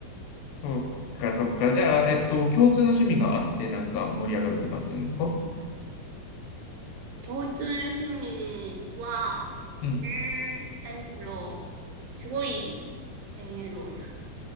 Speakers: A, on the left (about 80°); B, on the right (about 75°).
A: そっか、そっか。じゃあ、えっと、共通の趣味があって、なんか盛り上がるって感じなんですか
B: 共通の趣味は、
A: うん。
B: うーん、なんだろう。すごい、なんやろうな。